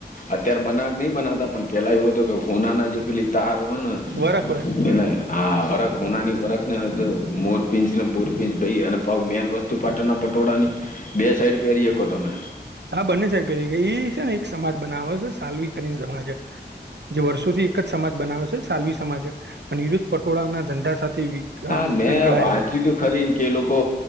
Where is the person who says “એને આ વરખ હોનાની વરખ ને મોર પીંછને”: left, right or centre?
Left